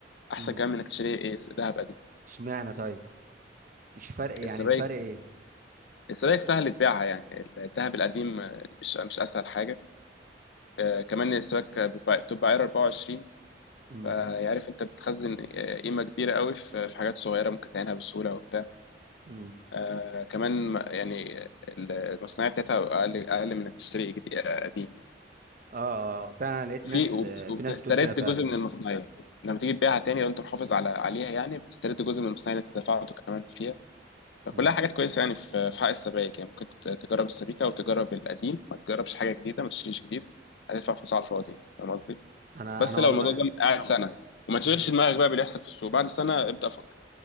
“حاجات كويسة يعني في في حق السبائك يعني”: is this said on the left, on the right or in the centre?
Left